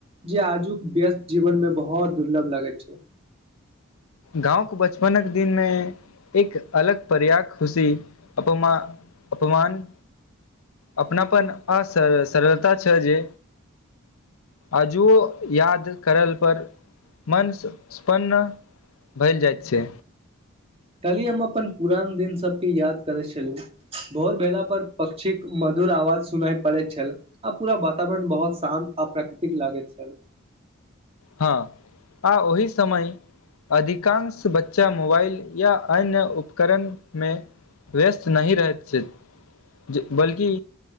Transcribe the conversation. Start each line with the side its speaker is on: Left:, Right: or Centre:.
Right: जे आजुक व्यस्त जीवन में बहुत दुर्लभ लागैत छै
Left: गाँवके बचपनक दिनमे एक अलग पर्या खुशी अपमा अपमान अपनापन अ सर सरलता छ जे अजुओ याद करल पर मन स्पन भैल जाइत छै
Right: तलयै हम अपन पुरान दिन सभके याद करैय छलौ भोर भेला पर पक्षीक मधुर आवाज सुनाय पड़ै छैल आ पूरा वातावरण बहुत शान्त आ प्राकृतिक लागैत छैल
Left: हँ आ ओहि समय अधिकांश बच्चा मोबाइल या अन्य उपकरणमे व्यस्त नहि रहैत छै बल्कि